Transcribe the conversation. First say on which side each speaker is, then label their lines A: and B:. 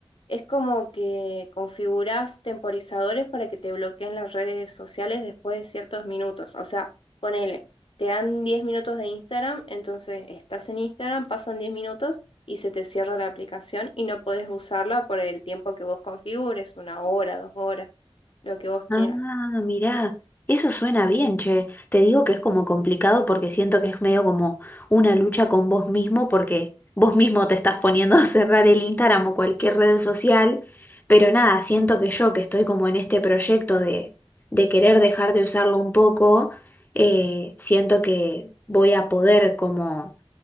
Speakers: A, on the left (about 60°); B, on the left (about 20°).
A: Es como que configurás temporizadores para que te bloqueen las redes sociales después de ciertos minutos. O sea, ponele, te dan 10 minutos de Instagram, entonces estás en Instagram, pasan 10 minutos y se te cierra la aplicación y no podés usarla por el tiempo que vos configures, una hora, dos horas, lo que vos quieras.
B: Ah, mirá, eso suena bien, che. Te digo que es como complicado porque siento que es medio como una lucha con vos mismo porque vos mismo te estás poniendo a cerrar el Instagram o cualquier red social, pero nada, siento que yo que estoy como en este proyecto de, de querer dejar de usarlo un poco, eh, siento que voy a poder como